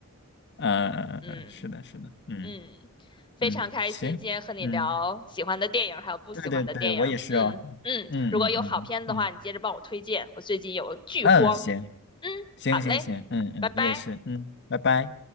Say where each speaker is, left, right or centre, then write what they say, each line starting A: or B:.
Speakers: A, on the left; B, on the left.
A: 嗯嗯嗯嗯，
B: 嗯
A: 嗯是的是的，嗯
B: 嗯，非常开心今天和你聊喜欢的电影，
A: 嗯，行，嗯。
B: 还有不喜欢的电影。
A: 对对对，我也是哦。
B: 嗯嗯，
A: 嗯嗯嗯嗯
B: 如果有好片子的话，你接着帮我推荐，我最近有剧荒。
A: 嗯，行
B: 嗯，
A: 行行行，
B: 好嘞，
A: 嗯嗯，
B: 拜拜。
A: 你也是，嗯，拜拜。